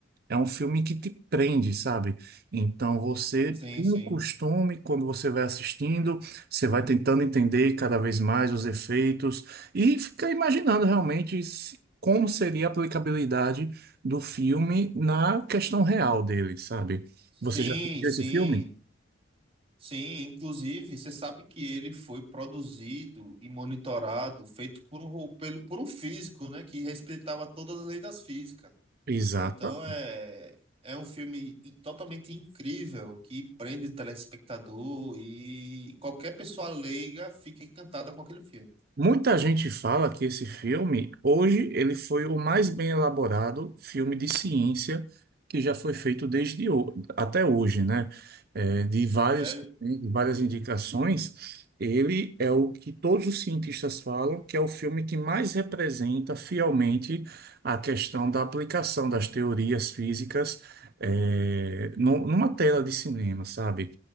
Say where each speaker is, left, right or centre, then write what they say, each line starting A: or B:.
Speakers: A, on the right; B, on the right.
A: É um filme que te prende, sabe? Então você
B: Sim,
A: tem
B: sim.
A: o costume, quando você vai assistindo, você vai tentando entender cada vez mais os efeitos e fica imaginando realmente se- como seria a aplicabilidade do filme na questão real dele, sabe?
B: Sim,
A: Você já assistiu
B: sim.
A: esse filme?
B: Sim, inclusive, você sabe que ele foi produzido e monitorado, feito por um, ro- pelo, por um físico, né, que respeitava todas as leis das físicas.
A: Exatamente.
B: Então é, é um filme i- totalmente incrível que prende o telespectador e qualquer pessoa leiga fica encantada com aquele filme.
A: Muita gente fala que esse filme, hoje, ele foi o mais bem elaborado filme de ciência que já foi feito desde ho- até hoje, né? É, de vários,
B: Sério?
A: né, de várias indicações, ele é o que todos os cientistas falam que é o filme que mais representa fielmente a questão da aplicação das teorias físicas, é, nu- numa tela de cinema, sabe?